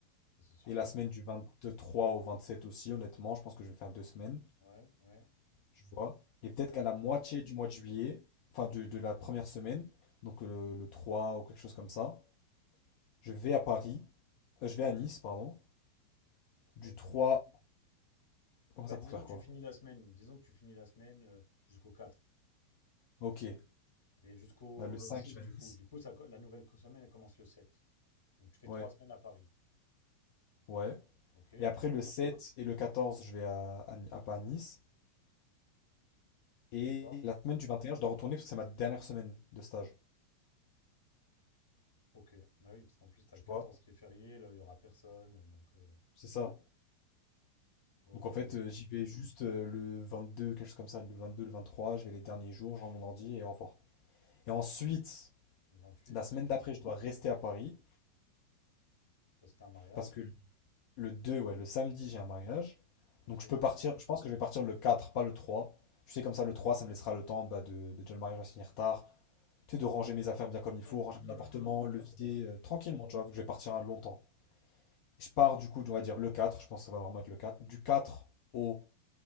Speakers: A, on the left; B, on the left.
A: ça c'est sûr.
B: Et la semaine du vingt trois au vingt sept aussi, honnêtement. Je pense que je vais faire deux semaines,
A: Ouais, ouais,
B: tu vois. Et peut-être
A: ouais.
B: qu'à la moitié du mois de juillet, enfin de, de la première semaine, donc euh, le, 3 ou quelque chose comme ça, je vais à Paris. Euh, je vais à Nice, pardon.
A: Faut Faire quoi?
B: Du trois Comment
A: Bah
B: ça
A: disons
B: pour faire
A: que
B: quoi?
A: tu finis la semaine, disons que tu finis la semaine euh, jusqu'au 4
B: Ok. Euh,
A: et jusqu'au
B: Le 5
A: 6
B: je vais
A: du
B: à Nice.
A: coup. Du coup, ça, co- la nouvelle co- semaine elle commence le 7. Donc tu fais
B: Ouais.
A: trois semaines à Paris.
B: Ouais.
A: Ok,
B: Et après, le 7 et le 14, je vais à, à, à- pas à Nice. Et
A: d'accord.
B: la semaine du 21, je dois retourner parce que c'est ma dernière semaine de stage.
A: Ok, bah oui, parce qu'en plus t'as
B: Tu
A: le 14
B: vois?
A: qui est férié, là il y aura personne. euh, Donc euh,
B: C'est ça.
A: ok,
B: Donc en fait, euh, j'y vais juste euh, le 22, quelque chose comme ça. Le 22, le 23, je vais les derniers jours, je rends mon ordi et au revoir. Et ensuite,
A: le 28
B: la semaine d'après, je dois rester à Paris
A: parce que t'as un mariage.
B: parce que le 2, ouais, le samedi, j'ai un mariage.
A: Ok.
B: Donc je peux partir, je pense que je vais partir le 4, pas le 3. Tu sais, comme ça, le 3, ça me laissera le temps bah, de. bah, Déjà, le mariage va se finir tard. Tu sais, de ranger mes affaires bien comme il faut, ranger
A: Tranquille,
B: mon appartement,
A: hein.
B: le vider
A: Ouais.
B: euh, tranquillement, tu vois, vu que je vais partir longtemps. je pars du coup, on va dire le 4, je pense que ça va vraiment être le 4, du 4 au